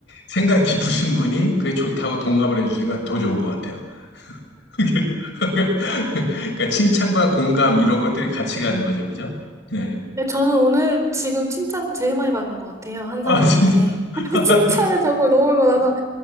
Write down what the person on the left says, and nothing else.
생각 깊으신 분이 그게 좋다고 동감을 해 주시니까 더 좋은 것 같아요. <laughs> 그러니까 칭찬과 공감 이런 것들이 같이 가는 거죠, 그죠? 네.
아,
진짜. <laughs>